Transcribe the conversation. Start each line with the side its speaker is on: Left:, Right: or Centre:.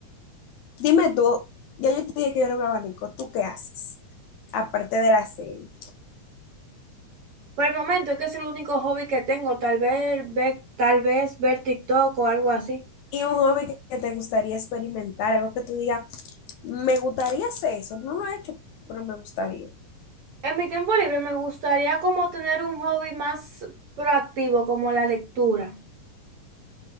Left: Dime tú, ya yo te dije que yo era un abanico, ¿tú qué haces? Aparte de la serie.
Right: Por el momento es que es el único hobby que tengo, tal vez ver, tal vez ver TikTok o algo así.
Left: Y un hobby que que te gustaría experimentar, algo que tú digas, me gustaría hacer eso, no lo he hecho, pero me gustaría.
Right: En mi tiempo libre me gustaría como tener un hobby más proactivo, como la lectura.